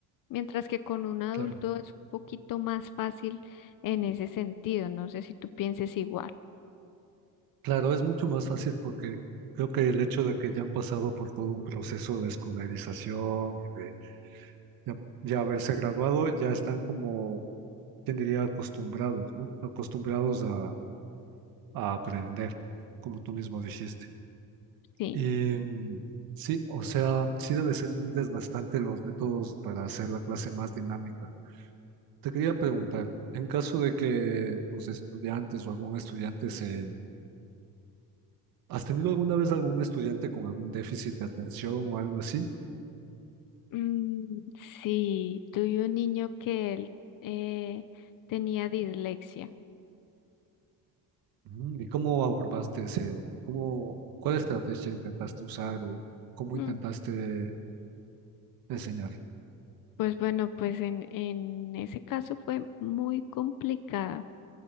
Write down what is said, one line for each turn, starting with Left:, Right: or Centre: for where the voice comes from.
Left: Mientras que con un adulto
Right: Claro.
Left: es un poquito más fácil en ese sentido. No sé si tú pienses igual.
Right: Claro, es mucho más fácil porque creo que el hecho de que ya han pasado por todo un proceso de escolarización y de ya, ya haberse graduado, ya están como, ¿quién diría?, acostumbrados, ¿no? Acostumbrados a a aprender, como tú mismo dijiste.
Left: Sí.
Right: Y mm, sí, o sea, sí debe ser muy desgastante los métodos para hacer la clase más dinámica. Te quería preguntar, en caso de que los estudiantes o algún estudiante se... ¿Has tenido alguna vez algún estudiante con algún déficit de atención o algo así?
Left: Mm, sí, tuve un niño que él eh, tenía dislexia.
Right: Ujú, ¿Y cómo abordaste ese, cómo, cuál estrategia intentaste usar o cómo
Left: Mm,
Right: intentaste enseñar?
Left: Pues bueno, pues en, en ese caso fue muy complicado,